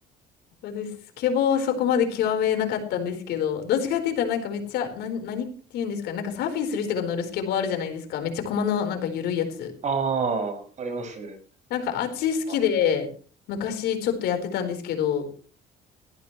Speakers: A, on the left (about 75°); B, on the right (about 45°).
A: 私、スケボーはそこまで極めなかったんですけど、どっちかって言ったらなんかめっちゃ、な、何って言うんですかね。なんかサーフィンする人が乗るスケボーあるじゃないですか。めっちゃ駒のなんか緩いやつ。
B: ああ、ありますね。
A: なんかあっち好きで、
B: あ、こ
A: 昔ちょっとやってたんですけど、